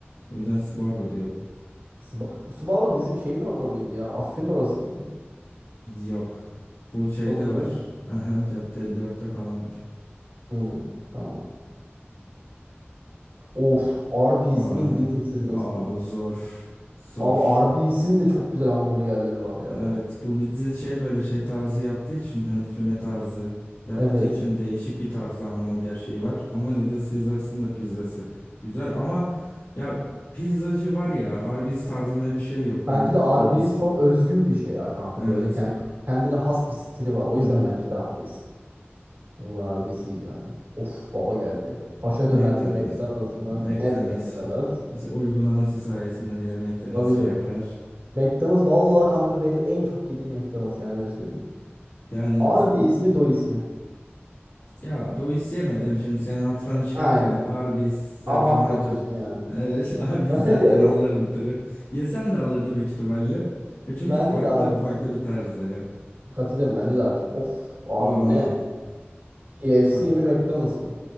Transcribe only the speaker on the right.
Sba- Bu Sbarro bizim şeyin orada mıydı ya? Affin'in orası mıydı?
O değil
değil mi?
Hı, tamam. Of Arby's
mi Little Caesars
mı?
Abi Arby's'in de çok güzel hamburgerleri var ya.
Evet.
Bence
de Arby's
çok özgün bir şey ya kanka.
Böyle yani kendine has bir stili var. O
yüzden
bence de Arby's. O da Arby's iyi yani. Of baba geldi. Paşa
döner mi McDonald's mı?
Net McDonald's.
Tabii
canım.
McDonald's vallahi kanka beni en çok yediğim McDonald's yani öyle söyleyeyim.
Arby
ismi do ismi.
Aynen.
Abartma
diyorsun yani.
<laughs>
Bence
de Arby
bir isim.
Katılıyorum bence de Arby bir isim. Of abi
bu ne? KFC
mi McDonald's mı?